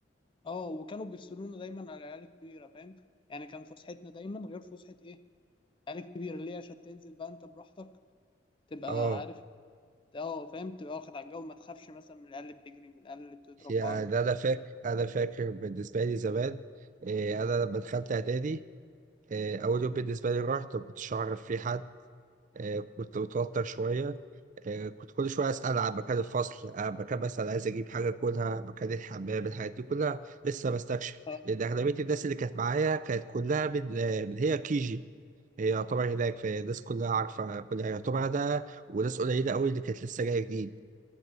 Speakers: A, on the left; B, on the right.
A: اه وكانوا بيفصلونا دايما على العيال الكبيره فاهم يعني كان فسحتنا دايما غير فسحه ايه العيال الكبيره ليه عشان تنزل بقى انت براحتك تبقى
B: اه
A: عارف اه فاهم تبقى واخد على الجو ما تخافش مثلا من العيال اللي بتجري من العيال اللي بتضرب
B: يعني
A: بعض
B: أنا فاكر أنا فاكر بالنسبة لي زمان إيه، أنا لما دخلت إعدادي إيه، أول يوم بالنسبة لي رحت ما كنتش أعرف فيه حد إيه، كنت متوتر شوية إيه، كنت كل شوية أسأل عن مكان الفصل عن مكان مثلا عايز أجيب حاجة أكلها مكان الحمام الحاجات دي كلها لسه بستكشف
A: اه
B: لأن أغلبية الناس اللي كانت معايا كانت كلها من آه، من هي كيجي هي يعتبر هناك فالناس كلها عارفة كل حاجة يعتبر ده وناس قليلة قوي اللي كانت لسه جاية جديد